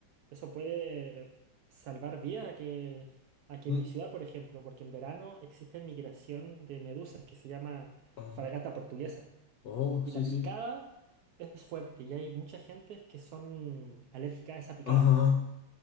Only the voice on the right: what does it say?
eso puede salvar vida a que, a que
en mi ciudad, por ejemplo, porque en verano existe migración de medusas que se llama
fragata portuguesa.
Y
la
picada es fuerte y hay mucha gente que son alérgica a esa picada